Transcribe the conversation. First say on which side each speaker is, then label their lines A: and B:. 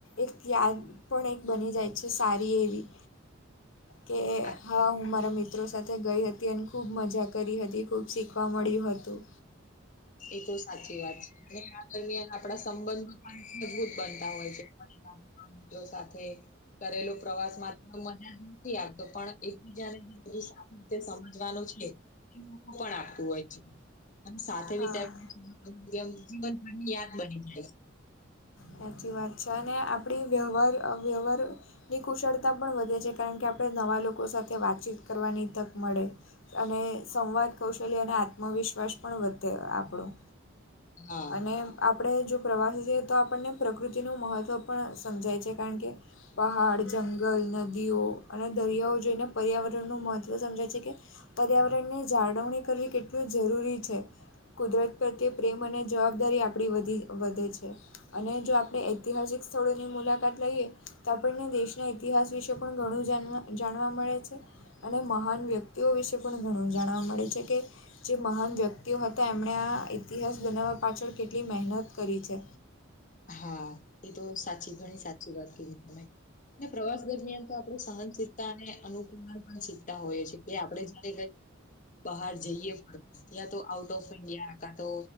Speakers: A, on the left (about 70°); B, on the left (about 40°).
A: એક યાદ પણ એક બની જાય છે સારી એવી. કે
B: આ
A: હા હું મારા મિત્રો સાથે ગઈ હતી અને ખૂબ મજા કરી હત તી ખૂબ શીખવા મળ્યું હતું.
B: એ તો સાચી વાત છે. અને આ દરમિયાન આપણા સંબંધો પણ મજબૂત બનતા હોય છે પરિવારમાં. મિત્રો સાથે કરેલું પ્રવાસ માત્ર મજા જ નથી આવતો પણ એકબીજા ને જે બધી સામે તે સમજવાનું છે, એ પણ આપતું હોય છે. અને સાથ
A: હા
B: ત્યારે આમ જીવન ભરની યાદ બની જાય છે.
A: સાચી વાત છે. અને આપણી વ્યવહાર અ વ્યવહાર ની કુશળતા પણ વધે છે. કારણ કે આપણે નવા લોકો સાથે વાતચીત કરવાની તક મળે. અને સંવાદ, કૌશલ્ય અને આત્મવિશ્વાસ પણ વધે આપણો.
B: હા
A: અને આપણે જો પ્રવાસી <inaudible> તો આપણને પ્રકૃતિનું મહત્ત્વ પણ સમજાય છે. કારણ કે પહાડ, જંગલ, નદીઓ. અને દરિયાઓ જોઈને પર્યાવરણનું મહત્ત્વ સમજાય છે કે પર્યાવરણને જાળવણી કરવી કેટલું જરૂરી છે. કુદરત પ્રત્યે પ્રેમ અને જવાબદારી આપણી વધી વધે છે. અને જો આપણે ઐતિહાસિક સ્થળોની મુલાકાત લઈએ તો આપણને દેશના ઇતિહાસ વિશે પણ ઘણું જાનવા જાણવા મળે છે. અને મહાન વ્યક્તિઓ વિશે પણ ઘણું જાણવા મળે છે કે જે મહાન વ્યક્તિઓ હતા એમણે આ ઇતિહાસ બનાવવા પાછળ કેટલી મહેનત કરી છે.
B: હા એ તો સાચી ઘણી સાચી વાત કીધી તમે. અને પ્રવાસ દરમિયાન તો આપણે સહનશીલતા અને અનુકૂલન પણ શીખતા હોઈએ છીએ. કે આપણેે જયારે કઈ બાહાર જઈએ ત્યા તો આઉટ ઓફ ઇન્ડિયા કા તો